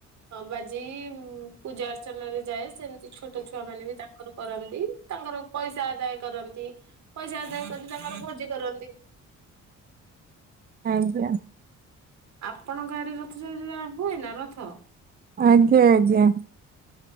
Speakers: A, on the right; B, on the right.
A: ବାଜିକି ପୂଜା ଅର୍ଚ୍ଚନାରେ ଯାଏ ସେମିତି ଛୋଟ ଛୁଆ ମାନେ ବି ତା କରନ୍ତି ତାଙ୍କର ପଇସା ଆଦାୟ କରନ୍ତି। ପଇସା ଆଦାୟ କରି ତାଙ୍କର ଭୋଜି କରନ୍ତି।
B: ଆଜ୍ଞା।
A: ଆପଣଙ୍କ ଆଡ଼େ ରଥଯାତ୍ରା ହୁଏ ନା ରଥ?
B: ଆଜ୍ଞା ଆଜ୍ଞା।